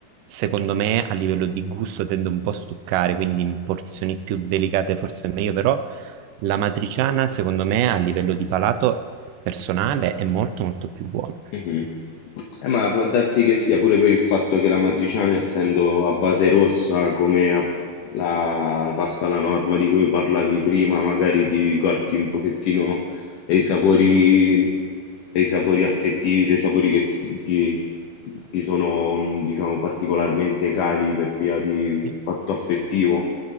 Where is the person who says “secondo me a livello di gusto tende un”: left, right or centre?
Right